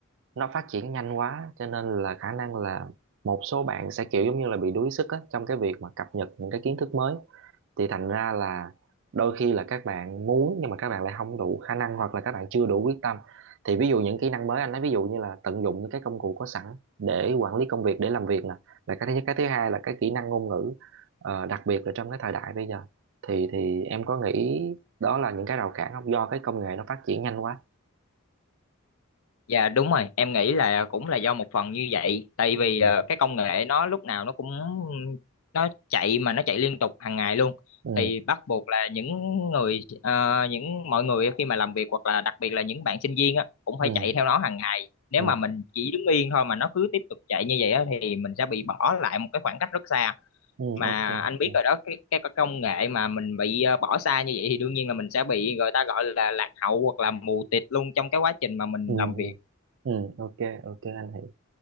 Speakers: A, on the right; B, on the left.
A: nó phát triển nhanh quá, cho nên là khả năng là một số bạn sẽ kiểu giống như là bị đuối sức á, trong cái việc mà cập nhật những cái kiến thức mới thì thành ra là đôi khi là các bạn muốn nhưng mà các bạn lại không đủ khả năng hoặc là các bạn chưa đủ quyết tâm thì ví dụ những kỹ năng mới anh nói ví dụ như là tận dụng những cái công cụ có sẵn để quản lý công việc để làm việc nè là cái thứ nhất cái thứ hai là cái kỹ năng ngôn ngữ ờ, đặc biệt là trong cái thời đại bây giờ thì thì em có nghĩ đó là những cái rào cản không do cái công nghệ nó phát triển nhanh quá
B: Dạ đúng rồi, em nghĩ là cũng là do một phần như vậy, tại vì
A: ừ
B: ờ, cái công nghệ nó lúc nào nó cũng nó chạy mà nó chạy liên tục hàng ngày luôn,
A: ừ
B: thì bắt buộc là những người ờ, những mọi người khi mà làm việc hoặc là đặc biệt là những bạn sinh viên á cũng phải
A: ừ
B: chạy theo nó hàng ngày. Nếu
A: ừ,
B: mà mình chỉ đứng yên thôi mà nó cứ tiếp tục chạy như vậy á thì mình sẽ bị bỏ lại một cái khoảng cách rất xa.
A: ừ
B: Mà
A: ok
B: anh biết
A: ừ
B: rồi đó, cái cái, cái công nghệ mà mình bị ờ, bỏ xa như vậy thì đương nhiên là mình sẽ bị người ta gọi là lạc hậu hoặc là mù tịt luôn trong cái quá trình mà mình
A: ừ
B: làm
A: ừ,
B: việc
A: ừ, ok ok anh hiểu